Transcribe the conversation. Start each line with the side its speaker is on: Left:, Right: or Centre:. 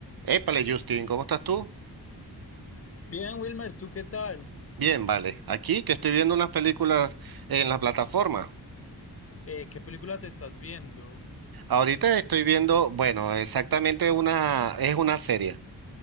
Right: Épale, Justin, ¿cómo estás tú?
Left: Bien, Wilmer, ¿tú qué tal?
Right: Bien, vale. Aquí que estoy viendo unas películas en la plataforma.
Left: Eh, ¿qué película te estás viendo?
Right: Ahorita estoy viendo, bueno, exactamente una, es una serie.